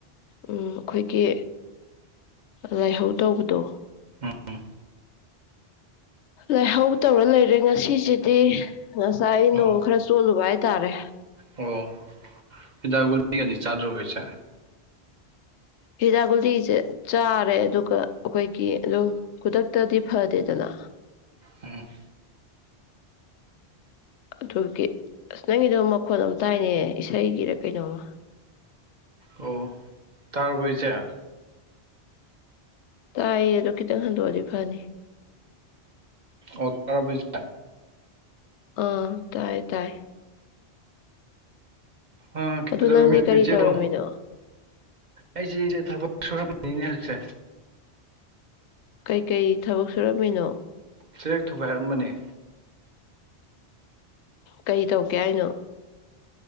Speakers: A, on the left; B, on the right.
A: ꯎꯝ ꯑꯩꯈꯣꯏꯒꯤ ꯂꯥꯏꯍꯧ ꯇꯧꯕꯗꯣ
B: ꯎꯝ
A: ꯂꯥꯏꯍꯧ ꯇꯧꯔ ꯂꯩꯔꯦ ꯉꯁꯤꯁꯤꯗꯤ ꯉꯁꯥꯏ ꯅꯣꯡ
B: ꯑꯣ
A: ꯈꯔ ꯆꯣꯠꯂꯨꯕ ꯍꯥꯏꯇꯔꯦ
B: ꯑꯣ ꯍꯤꯗꯥꯛ ꯒꯨꯂꯤꯒꯗꯤ ꯆꯠꯔꯨꯕꯦ ꯏꯆꯥꯟ
A: ꯍꯤꯗꯥꯛ ꯒꯨꯂꯤꯁꯦ ꯆꯥꯔꯦ ꯑꯗꯨꯒ ꯑꯩꯈꯣꯏꯒꯤ ꯑꯗꯨꯝ ꯈꯨꯗꯛꯇꯗꯤ ꯐꯗꯦꯗꯅ
B: ꯎꯝ
A: ꯑꯗꯨꯒꯤ ꯑꯁ ꯅꯪꯒꯤꯗꯣ ꯃꯈꯣꯟꯜ ꯌꯥꯝꯅ ꯇꯥꯏꯅꯦ ꯏꯁꯩꯒꯤꯔ ꯀꯩꯅꯣꯝꯃ
B: ꯑꯣ ꯇꯥꯔꯕꯣ ꯏꯆꯥꯟ
A: ꯇꯥꯏꯌꯦ ꯑꯗꯣ ꯈꯤꯇꯪ ꯍꯟꯗꯣꯛꯑꯗꯤ ꯐꯅꯤ
B: ꯑꯣ ꯇꯥꯔꯕꯣ ꯏꯆꯦ
A: ꯑꯥ ꯇꯥꯏ ꯇꯥꯏ
B: ꯑ ꯀꯩꯗꯧꯔꯝꯃꯤꯅꯣ
A: ꯑꯗꯨ ꯅꯪꯗꯤ ꯀꯔꯤ
B: ꯏꯆꯦꯕꯣ
A: ꯇꯧꯔꯝꯃꯤꯅꯣ
B: ꯑꯩꯁꯦ ꯑꯩꯁꯦ ꯊꯕꯛ ꯁꯨꯔꯝꯕꯅꯤꯅꯦ ꯍꯧꯖꯤꯛꯁꯦ
A: ꯀꯩꯀꯩ ꯊꯕꯛ ꯁꯨꯔꯝꯃꯤꯅꯣ
B: ꯆꯦꯛ ꯊꯨꯒꯥꯏꯔꯝꯕꯅꯦ
A: ꯀꯩ ꯇꯧꯒꯦ ꯍꯥꯏꯅꯣ